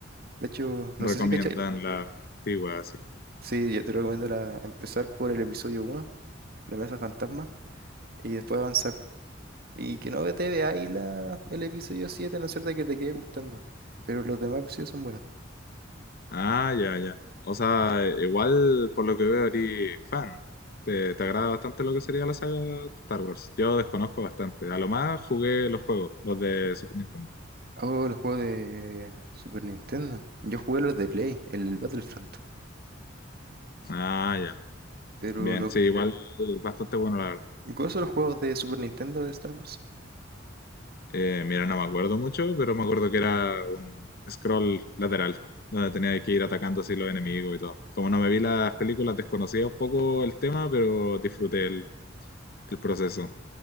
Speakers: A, on the right (about 50°); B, on the left (about 50°).
A: hecho, no
B: Recomiendan
A: sé si cachai.
B: la antigua, sí.
A: Sí, yo te recomiendo la, empezar por el episodio uno, La Mesa Fantasma, y después avanzar Y que no te vea veáis la, el episodio siete a no ser de que te quede gustando. Pero los demás episodios son buenos.
B: Ah, ya, ya. O sea, igual por lo que veo, eres fan. Te, te agrada bastante lo que sería la saga de Star Wars. Yo desconozco bastante. A lo más jugué los juegos, los de Super Nintendo.
A: Oh, los juegos de Super Nintendo. Yo jugué los de Play, el Battlefront.
B: Ah, ya.
A: Pero
B: Bien,
A: no
B: sí, Sí. igual bastante bueno, la verdad.
A: gozo los juegos de Super Nintendo de Star Wars.
B: Eh, mira, no me acuerdo mucho, pero me acuerdo que era un scroll lateral, donde tenía que ir atacando así los enemigos y todo. Como no me vi las películas, desconocía un poco el tema, pero disfruté el, el proceso.